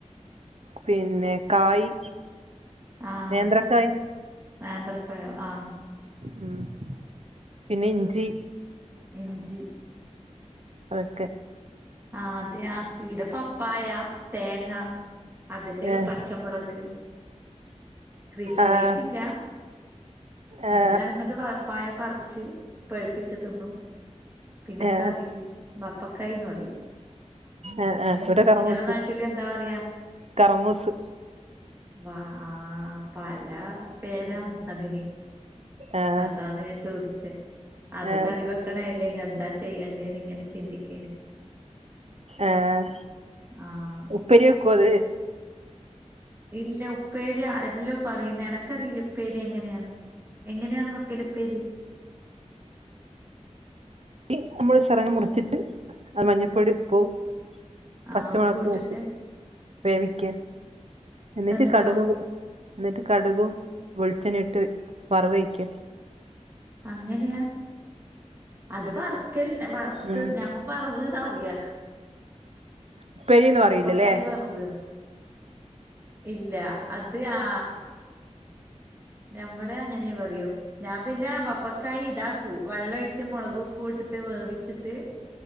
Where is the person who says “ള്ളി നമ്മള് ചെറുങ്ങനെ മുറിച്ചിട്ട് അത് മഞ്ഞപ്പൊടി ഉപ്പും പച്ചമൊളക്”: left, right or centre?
Right